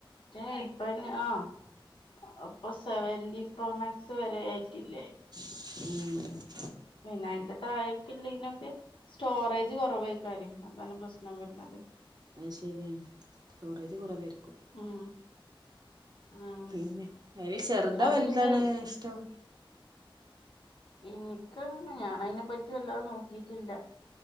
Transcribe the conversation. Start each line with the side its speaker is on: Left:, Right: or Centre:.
Left: എ പ്പ അയിൻ ആ <unintelligible> സെവൻ ഡി പ്രോമാക്സ് വരെ ആയിട്ടില്ലേ
Right: ഉം
Left: പിന്നെ അന്റെ താഴൊക്കള്ള ഇതിനൊക്കെ സ്റ്റോറേജ് കുറവായിക്കാര്യം അതാണ് പ്രശ്നം വരുന്നത്
Right: അ ശരിയാണ് സ്റ്റോറേജ് കുറവായിരിക്കും
Left: ഉം ഉം
Right: പിന്നെ അതിന് ചെറുതാ
Left: അത്
Right: വലുതണ
Left: പിന്നെ
Right: ഇഷ്ടം
Left: എനിക്ക് ഞൻ അതിനെ പറ്റി വല്ലാതെ നോക്കിട്ടില്ല